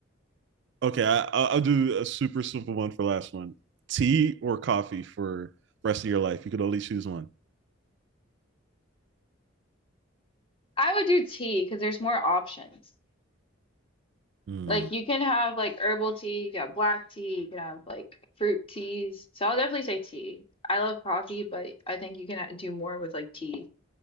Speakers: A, on the right; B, on the left.
A: okay. I, I'll I'll do a super simple one for last one: tea or coffee for rest of your life. You could only choose one.
B: I would do tea because there's more options.
A: Hmm.
B: Like you can have like herbal tea, you can have black tea, you can have like fruit teas. So I'll definitely say tea. I love coffee, but I think you can uh, do more with like tea,